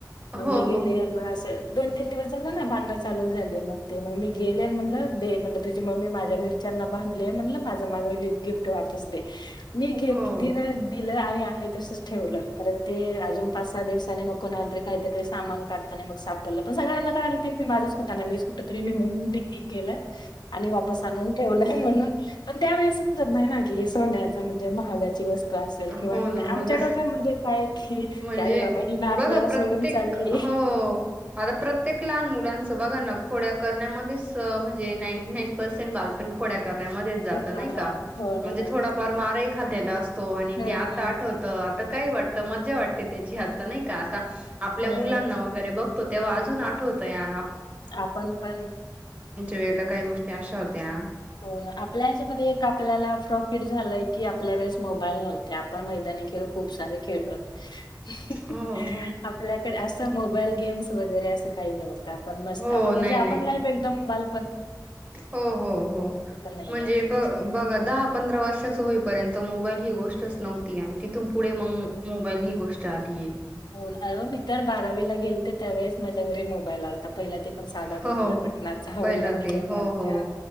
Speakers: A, on the right; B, on the left.
A: हो,
B: मग मी
A: हो,
B: गेले
A: हो.
B: मला असं दोन- तीन दिवस झालं ना भांडण चालू झाले, मग ते मग मी गेले आणि नं दे म्हण तुझी मम्मी माझ्या घरच्यांना बांधली आहे, म्हणलं माझं माझ गिफ्ट वापस दे. मी घेत
A: हो.
B: -दिल-दिल आणि आत आहे तसच ठेवलं परत, ते अजून पाच सहा दिवसांनी मग कोणाला तरी काहीतरी सामान काढताना मग सापडलं पण सगळ्यांना काय <unintelligible> माझच कुटाणा मीच कुठ तरी नेहून केलंय. आणि वापस आणून ठेवलं म्हणून पण. त्यावेळेस समजत नाही ना, की हे सोन्याच म्हणजे महागाची वस्तू असेल
A: हो
B: किंवा हे
A: ना,
B: नाही.
A: हो
B: आमच्या
A: ना,
B: डोक्यामध्ये काय की
A: म्हणजे
B: की अरे बाबा ही ना आपल्याला
A: बघा प्रत्येक
B: सोडून चालली
A: हो आता प्रत्येक लहान मुलांचं बघा ना. खोड्या करण्यामध्येच, म्हणजे नाईंटी-नाईन पर्सेंट बालपण खोड्यात करण्यामध्येच जात
B: हा
A: नाही का,
B: हो
A: म्हणजे
B: ना हो
A: थोडाफार
B: ना
A: मार ही खाल्लेला असतो. हो आणि
B: हम्म.
A: ते आता आठवत. आता काय वाटतं मजा वाटते त्याची नाही का आता आपल्या
B: हं,
A: मुलांना वगैरे बघ. तो तेव्हा अजून आठवत या
B: आपण पण
A: वेळेला काही गोष्टी अशा होत्या
B: हो ना, आपल्या हच्यामध्ये एक आपल्याला प्रॉफिट झालंय की. कि आपल्या वेळेस मोबाईल नव्हता. आपण मैदानी खेळ खूप सारे खेळले होते.
A: हो हो
B: आपल्याकडे अस मोबाईल गेम्स वगैरे असं काही नव्हत. पण मस्त
A: हो
B: आपण म्हणजे
A: नाही
B: आपण
A: नाही
B: लाईफ एकदम बाल
A: हो हो हो,
B: नाहीये.
A: म्हणजे ब- बघ दहा, पंधरा वर्षाचं होई पर्यंत मोबाईल ही गोष्टच नव्हती. आणि तिथून पुढे मग मोबाईल ही गोष्ट चालतीये.
B: होय अयो मी तर बारावीला गेलते त्या वेळेस माझ्या घरी मोबाईल आलंता पहिला ते पण साधा बोटणा-
A: हो हो
B: बटणाचा वडिलांनी
A: पहिलं ते
B: घेऊन
A: हो
B: आलत्या
A: हो